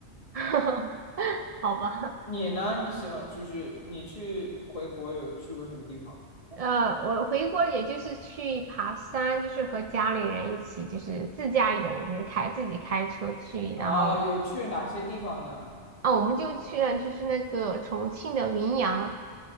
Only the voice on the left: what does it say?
<laughs> 你呢？你喜欢就是你去回国有去过什么地方吗？
哦，
有去哪些地方呢？